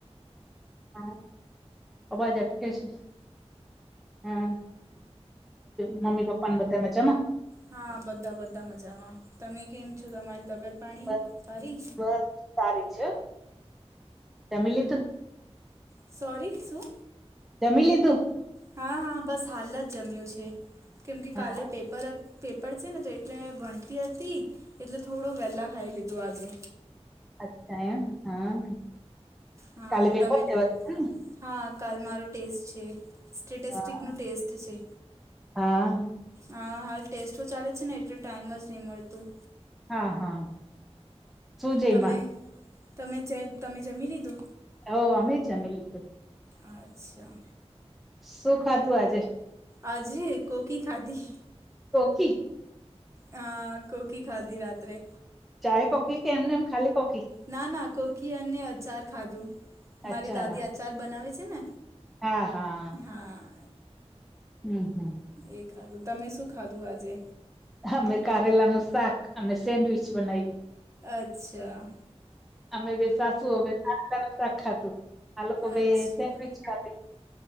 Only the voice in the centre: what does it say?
હા અવાજ અટકે છે? હમ. મમ્મી પપ્પા બધા મજામાં?
બસ
બસ સારી છે, જમિ લીધું?
જમીલીધું?
હા
અચ્છ એમ હા
કાલે પેપર
છે વચે
હા
હા
હા હા શું જઈમાં
ઓ અમે છે અમે લીધું.
શું ખાધું આજે?
કોકી?
ચાય કોફી કે એમ ને એમ ખાલી કોફી.?
અચ્છા
રા
હા હા
હમ હમ
અમે કારેલાનું શાક અને સેન્ડવીચ બનાવ્યું.
અમે બે સાસુ, વહુ એ <inaudible> શાક ખાધું આ લોકો બેયે
સેન્ડવીચ ખાધી.